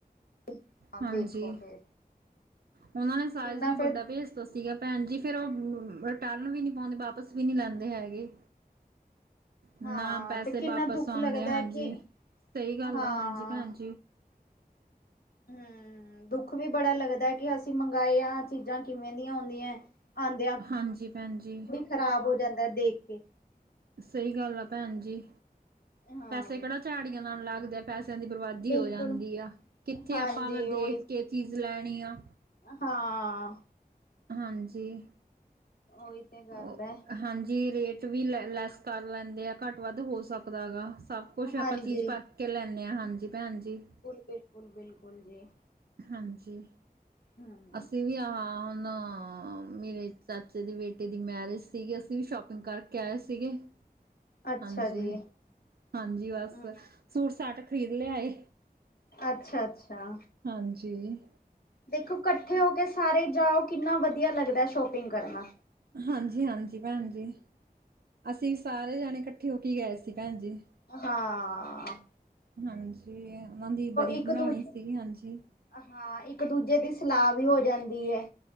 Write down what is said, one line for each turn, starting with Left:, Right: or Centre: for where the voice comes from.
Left: <inaudible>
Right: ਹਾਂਜੀ ਈ
Left: ਫੇਰ
Right: ਉਹਨਾਂ ਨੇ ਸਾਇਜ਼
Left: ਕਿੰਨਾ
Right: ਵੀ
Left: ਫੇਰ
Right: ਵੱਡਾ ਭੇਜਤਾ ਸੀਗਾ ਆ ਭੈਣ ਜੀ ਫੇਰ ਉਹ ਰਿਟਰਨ ਵੀ ਨੀ ਪਾਉਂਦੇ ਵਾਪਿਸ ਵੀ ਨੀ ਲੈਂਦੇ ਹੈਗੇ ਏ ਨਾ
Left: ਹਾਂ
Right: ਪੈਸੇ
Left: ਫਿਰ ਕਿੰਨਾ
Right: ਵਾਪਿਸ
Left: ਦੁੱਖ
Right: ਆਉਂਦੇ
Left: ਲੱਗਦਾ
Right: ਐ ਹਾਂਜੀ
Left: ਹੈ ਕਿ
Right: ਈ ਸਹੀ ਗੱਲ
Left: ਹਾਂ
Right: ਆ ਹਾਂਜੀ ਭੈਣ ਜੀ ਈ
Left: ਹੂੰ ਦੁੱਖ ਵੀ ਬੜਾ ਲੱਗਦਾ ਕਿ ਅਸੀਂ ਮੰਗਾਏਆ ਚੀਜ਼ਾਂ ਕਿਵੇਂ ਦੀਆਂ ਐ ਆਦਿਆਂ
Right: ਹਾਂਜੀ ਭੈਣ ਜੀ ਈ
Left: ਖ਼ਰਾਬ ਹੋ ਜਾਂਦਾ ਐ ਦੇਖ ਕੇ
Right: ਸਹੀ ਗੱਲ ਆ ਭੈਣ ਜੀ ਈ
Left: ਹਾਂ,
Right: ਪੈਸੇ ਕਿਹੜਾ ਝਾੜੀਆਂ ਨਾਲ ਲੱਗਦੇ ਆ ਪੈਸਿਆਂ ਦੀ ਬਰਬਾਦੀ
Left: ਬਿਲਕੁਲ
Right: ਹੋ ਜਾਂਦੀ ਆ ਕਿੱਥੇ
Left: ਹਾਂਜੀ
Right: ਆਪਾਂ ਦੇਖ
Left: ਉਹੀ
Right: ਕੇਚੀਜ਼ ਲੈਣੀ ਆ
Left: ਹਾਂ ਆ
Right: ਹਾਂਜੀ ਈ
Left: ਉਹੀ ਤੇ ਗੱਲ
Right: ਉਹ
Left: ਐ।
Right: ਹਾਂਜੀ ਈ ਰੇਟ ਵੀ ਲੈ ਲੈਸ ਕਰ ਲੈਂਦੇ ਆ ਘੱਟ ਵੱਧ ਹੋ ਸਕਦਾ ਹੈਗਾ ਸਭ ਕੁਛ
Left: ਹਾਂਜੀ,
Right: ਆਪਾਂ ਚੀਜ਼ ਪਰਖ਼ ਕੇ ਲੈਂਣੇ ਆ ਹਾਂਜੀ ਈ ਭੈਣ ਜੀ ਈ
Left: ਬਿਲਕੁਲ ਬਿਲਕੁਲ ਜੀ
Right: ਹਾਂਜੀ ਈ
Left: ਹਾ ਆ
Right: ਅਸੀਂ ਵੀ ਹਾ ਣਾ ਆ ਮਿਲੇ ਚ ਚਾਚੇ ਦੇ ਬੇਟੇ ਦੀ ਮੈਰਿਜ ਸੀਗੀ ਏ ਅਸੀਂ ਵੀ ਸ਼ੋਪਿੰਗ ਕਰਕੇ ਆਏ ਸੀਗੇ ਏ
Left: ਅੱਛਾ
Right: ਹਾਂਜੀ
Left: ਜੀ,
Right: ਈ ਹਾਂਜੀ ਈ ਬਸ
Left: ਹੂੰ।
Right: ਸੂਟ ਸਾਟ ਖਰੀਦ ਲਿਆ ਏ
Left: ਅੱਛਾ ਅੱਛਾ ਆ
Right: ਹਾਂਜੀ ਈ
Left: ਦੇਖੋ ਇਕੱਠੇ ਹੋ ਕੇ ਸਾਰੇ ਜਾਓ ਕਿੰਨਾ ਵਧੀਆ ਲੱਗਦਾ ਸ਼ੋਪਿੰਗ ਕਰਨਾ ਆ
Right: ਹਾਂਜੀ ਈ ਹਾਂਜੀ ਈ ਭੈਣ ਜੀ ਅਸੀਂ ਸਾਰੇ ਜਾਣੇ ਇਕੱਠੇ ਹੋ ਕੇ ਗਏ ਸੀ ਭੈਣ ਜੀ ਈ
Left: ਹਾਂ ਆ
Right: ਹਾਂਜੀ ਈ ਉਹਨਾਂ ਦੀ ਬਰੀ ਬਣਾਉਣੀ
Left: ਇੱਕ ਦੂਜੇ
Right: ਸੀਗੀ ਹਾਂਜੀ ਈ
Left: ਹਾਂ ਇੱਕ ਦੂਜੇ ਦੀ ਸਲਾਹ ਵੀ ਹੋ ਜਾਂਦੀ ਐ